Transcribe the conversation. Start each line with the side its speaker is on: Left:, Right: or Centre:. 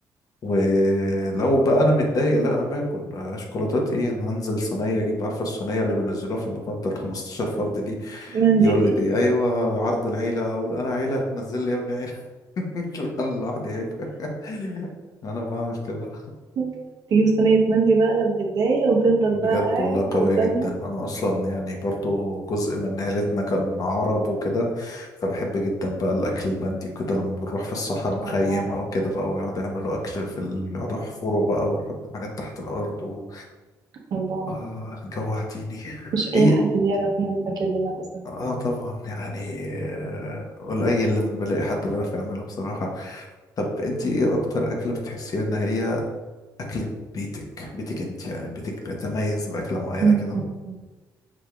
Left: ولو بقى أنا متضايق لا أنا باكل آه، شوكولاتات إيه أنا هنزل صينية أجيب عارفة الصينية اللي بينزلوها في المطعم بتاعت 15 فرد دي
Right: مندي
Left: يقول
Right: دي
Left: لي دي ايوه عرض العيله اقول انا عيله نزل لي يا ابني عيله <laughs> انا لوحدي عيله <laughs> انا بعمل كده
Right: <laughs> تجيب صينية مندي بقى لما تتضايق وتفضل
Left: بجد
Right: بقى قاعد
Left: والله قويه
Right: قدامها
Left: جدا انا اصلا يعني برضو جزء من عيلتنا كان عرب وكده فبحب جدا بقى الاكل البندي وكده لما بنروح في الصحراء نخيم
Right: الله
Left: او كده بقى ويقعدوا يعملوا اكل في ال... يقعدوا يحفروا بقى ويحطوا حاجات تحت الارض و...
Right: الله
Left: آه جوعتيني <laughs>
Right: مش أي
Left: ايه
Right: حد بيعرف يعمل الأكل ده مع الأسف
Left: اه طبعا يعني آه، قليل لما بلاقي حد بيعرف يعمله بصراحه طب انت ايه اكتر اكله بتحسيها ان هي اكله بيتك بيتك انت يعني بيتك بيتميز باكله معينه
Right: م-
Left: كده
Right: م- م.